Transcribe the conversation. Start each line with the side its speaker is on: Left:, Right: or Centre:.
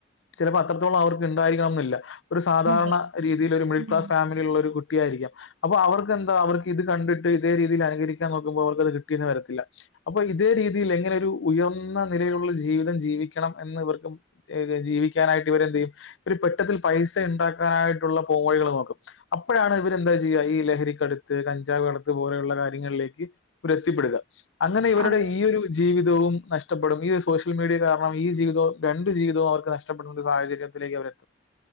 Left: ചിലപ്പോ അത്രത്തോളം അവർക്ക് ഉണ്ടായിരിക്കണ്ണം ഇല്ല ഒരു സാധാരണ
Right: അതെ
Left: രീതിയിൽ ഒരു മിഡിൽ
Right: ഉം
Left: ക്ലാസ് ഫാമിലി ഉള്ള ഒരു കുട്ട കുായിരിക്കാം അപ്പൊ അവർക്ക് എന്താ അവർക്ക് ഇത് കണ്ടിട്ട് ഇതേ രീതിയിൽ അനുകകരിക്കാൻ നോക്കുമ്പോ അവർക്ക്ത് കിട്ടിയന്ന് വരത്തില്ല. അപ്പൊ ഇതേ രീതിയിൽ എങ്ങനെ ഒരു ഉയർന്ന നിലയിലുള്ള ജീവിതം ജീവിക്കണം എന്ന് ഇവർക്ക് ഏത് ജീവിക്കാനായിട്ട് ഇവരെന്ത് ചെയ്യും ഇവര് പെട്ടെന്ന് പൈസ ഈണ്ടാക്കാനായിട്ടുള്ള പോവഴികൾ നോക്കും. അപ്പോഴാണ് ഇവര്ന്താ ചെയ്യുക ഈ ലഹരിക്കടുത്ത് കഞ്ചാവ് കടത്ത് പോലെയുള്ള കാര്യങ്ങളിലേക്ക് ഒരു എത്തിപ്പെടുക അങ്ങനെ ഇവരുടെ
Right: അതെ.
Left: ഈ ഒരു ജീവിതവും നഷ്ടപ്പെടും ഈ സോഷ്യൽ മീഡിയ കാരണം ഈ ജീവിതവും രണ്ട് ജീവിതവും അവർക്ക് നഷ്ടപ്പെടുന്ന ഒരു സാഹചര്യം. അവർ എത്തും.